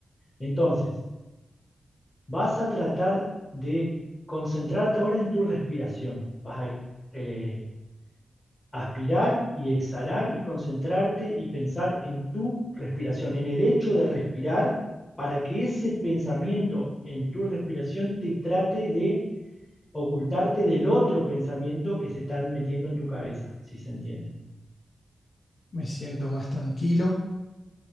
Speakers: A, on the left; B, on the left.
A: Entonces, Vas a tratar de concentrarte ahora en tu respiración. Vas a eh, aspirar y exhalar y concentrarte y pensar en tu respiración, en el hecho de respirar, para que ese pensamiento en tu respiración te trate de ocultarte del otro pensamiento que se están metiendo en tu cabeza, si se entiende.
B: Me siento más tranquilo.